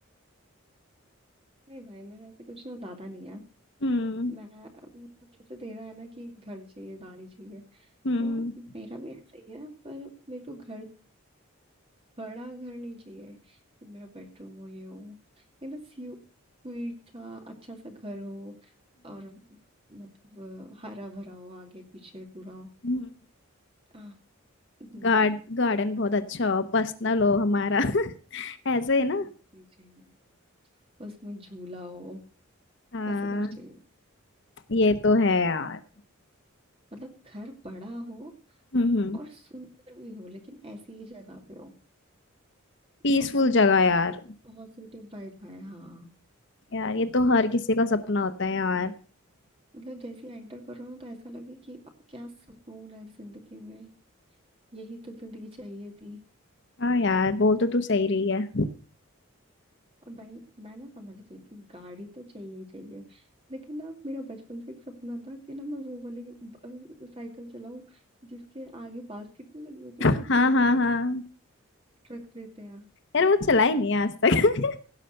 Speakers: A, on the right; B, on the left.
A: नहीं भाई मेरा ऐसे कुछ ना ज्यादा नहीं है
B: हम्म
A: मैं मतलब जैसे दे रहा है ना कि घर चाहिए गाड़ी चाहिए तो
B: हम्म
A: मेरा भी ऐसा ही है पर मेरे को घर बड़ा घर नहीं चाहिए कि मेरा बेडरूम हो ये हो ये ना स्वीट सा अच्छा सा घर हो और मतलब हरा भरा हो आगे पीछे पूरा
B: हम्म
A: आह, हम्म
B: गार्ड गार्डन बहुत अच्छा हो पर्सनल हो हमारा <laughs> ऐसे ही ना
A: ऐसे ही चाहिए उसमें झूला हो
B: हाँ
A: ऐसा कर चाहिए
B: ये तो है यार
A: मतलब घर बड़ा हो
B: हम्म हम्म
A: और सुंदर भी हो लेकिन ऐसी ही जगह पे हो
B: पीसफुल
A: उसको देख
B: जगह
A: के
B: यार
A: ना पॉजिटिव वाइब आए हाँ
B: यार ये तो हर किसी का सपना होता है यार
A: मतलब जैसे एंटर करो ना तो ऐसा लगे कि क्या सुकून है जिंदगी में यही तो जिंदगी चाहिए थी
B: हाँ यार बोल तो तू सही रही है
A: और भाई मैं ना समझ गई कि गाड़ी तो चाहिए ही चाहिए लेकिन ना मेरा बचपन से एक सपना था कि ना मैं वो वाली ब- साइकिल चलाऊं जिसके आगे बास्केट नहीं लगी होती
B: <laughs>
A: बहुत
B: हाँ
A: सारे
B: हाँ हाँ
A: ट्रक देते हैं
B: यार वो चलाई नहीं है आज तक